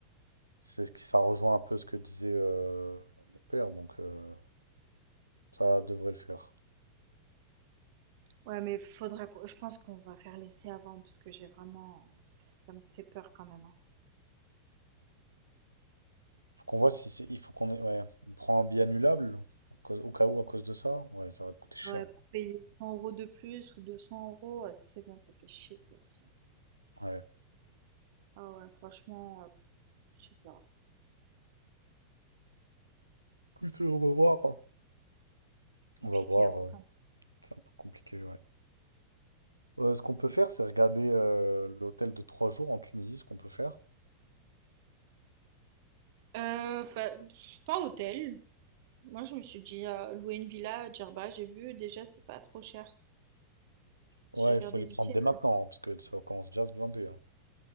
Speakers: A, on the right; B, on the right.
A: c'est ce qui, ça rejoint un peu ce que disait euh, mon père, donc euh, ça devrait le faire.
B: Ouais, mais faudra qu'on- je pense qu'on va faire l'essai avant parce que j'ai vraiment, ça me fait peur quand même. hein.
A: Faut qu'on voit si c'est, il faut qu'on ait, ouais, on prend un billet annulable, à cause- au cas où, à cause de ça. Ouais, ça va coûter cher.
B: Ouais, pour payer 100 euros de plus ou 200 euros, ouais, c'est bon, ça fait chier ça aussi. hein.
A: Ouais.
B: Ah ouais, franchement, euh, je sais pas,
A: Écoute, on va voir. hein. On
B: compliqué
A: va voir,
B: hein,
A: euh,
B: quand même.
A: c'est un peu compliqué, ouais. Euh, ce qu'on peut faire, c'est regarder euh, l'hôtel de trois jours en Tunisie, ce qu'on peut faire.
B: Euh, bah, pff, pas hôtel. Moi, je me suis dit euh, louer une villa à Djerba, j'ai vu déjà c'est pas trop cher.
A: Ouais,
B: J'ai regardé
A: il faut les
B: vite
A: prendre
B: fait.
A: dès maintenant, parce que ça commence déjà à se blinder. hein.